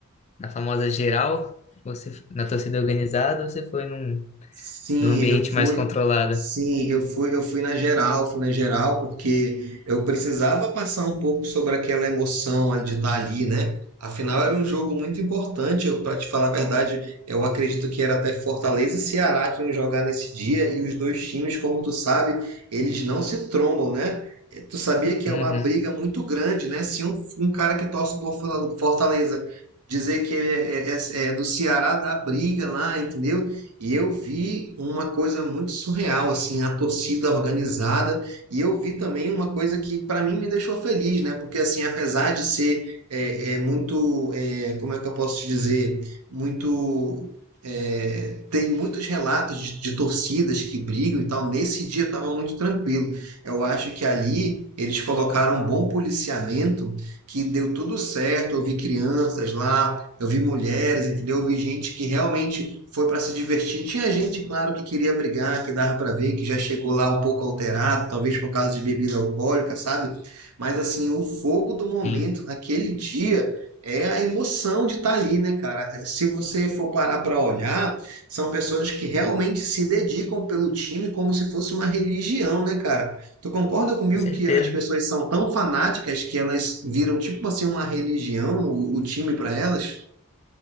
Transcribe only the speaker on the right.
Sim,
eu fui.
Sim, eu fui, eu fui na geral, fui na geral, porque eu precisava passar um pouco sobre aquela emoção de estar ali, né? Afinal, era um jogo muito importante. Eu, para te falar a verdade, eu acredito que era até Fortaleza e Ceará que iam jogar nesse dia, e os dois times, como tu sabe, eles não se trombam, né? Eh, Tu sabia que
é uma briga muito grande, né? Se um, um cara que torce por Fortaleza dizer que ele é, é é- é do Ceará, dá briga lá, entendeu? E eu vi uma coisa muito surreal, assim, a torcida organizada. E eu vi também uma coisa que, para mim, me deixou feliz, né? Porque, assim, apesar de ser é, é, muito, é, como é que eu posso te dizer, muito. é, tem muitos relatos de, de torcidas que brigam e tal. Nesse dia estava muito tranquilo. Eu acho que ali eles colocaram um bom policiamento que deu tudo certo. Eu vi crianças lá, eu vi mulheres, entendeu? Eu vi gente que realmente foi para se divertir. Tinha gente, claro, que queria brigar, que dava para ver, que já chegou lá um pouco alterado, talvez por causa de bebida alcoólica, sabe? Mas assim, o fogo do momento
naquele dia é a emoção de estar ali, né, cara? Se você for parar para olhar, são pessoas que realmente se dedicam pelo time como se fosse uma religião, né, cara? Tu concorda comigo
que as pessoas são tão fanáticas que elas viram tipo assim uma religião, o, o time para elas?